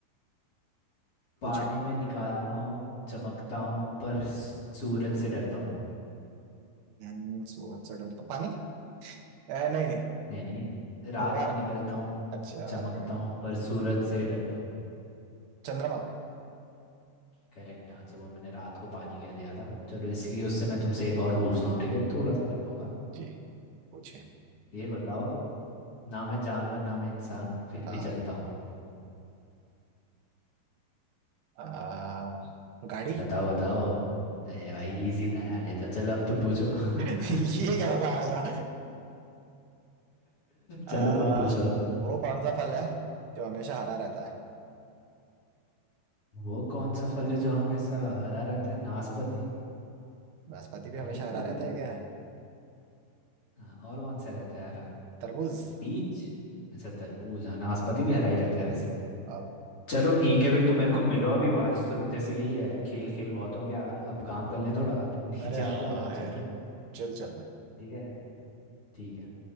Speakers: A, on the left (about 40°); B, on the right (about 80°).
A: पानी
B: पूछे
A: में निकालता हूँ चमकता हूँ पर सूरज से डरता हूँ
B: हम्म, सूरज से डरता पानी अ, नहीं नहीं
A: नहीं नहीं रात
B: फव्वारा
A: में निकलता हूँ
B: अच्छा
A: चमकता
B: रात को निकलता
A: हूँ पर सूरज से डरता हूँ
B: चंद्रमा
A: करेक्ट आंसर वो मैंने रात को पानी कह दिया था चलो इसकी उससे मैं तुमसे एक और पूछता हूँ ठीक है थोड़ा सा टफ होगा
B: जी पूछे
A: ये बताओ ना मैं जानवर ना मैं इंसान फिर भी
B: हाँ
A: चलता हूँ
B: आ, गाड़ी
A: बताओ बताओ अरे भाई इजी था यार ये तो चलो अब तुम पूछो
B: <laughs> ये
A: <laughs>
B: क्या सवाल था आ,
A: चलो तुम पूछो अब
B: वो कौन सा फल है जो हमेशा हरा रहता है
A: वो कौन सा फल है जो हमेशा हरा रहता है नाशपाती
B: नाशपाती भी हमेशा
A: हरे तो
B: हरा
A: सभी
B: रहता
A: रहते
B: है क्या
A: हैं हाँ और कौन सा रहता है हरा
B: तरबूज
A: पीच अच्छा तरबूज हाँ नाशपाती भी हरा ही रहता है वैसे
B: अब
A: चलो ठीक है फिर तुम मेरे को मिलो अभी बारिश तो रुक जैसी गई है खेल खेल बहुत हो गया अब काम कर लें थोड़ा तुम नीचे
B: अरे
A: आ जाओ
B: हाँ
A: और चलते
B: यार
A: हैं।
B: चल चल
A: ठीक है ठीक है